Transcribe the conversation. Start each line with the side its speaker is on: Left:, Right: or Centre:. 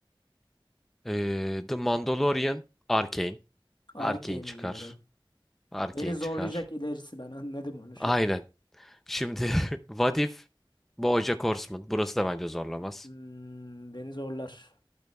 Centre: Ee, The Mandalorian, Arcane.
Left: Arcane
Centre: Arcane çıkar.
Left: diyorum.
Centre: Arcane
Left: Beni zorlayacak
Centre: çıkar.
Left: ilerisi ben anladım onu şu
Centre: Aynen.
Left: an.
Centre: Şimdi <laughs> What If, BoJack Horseman. Burası da bence zorlamaz.
Left: Hmm, beni zorlar.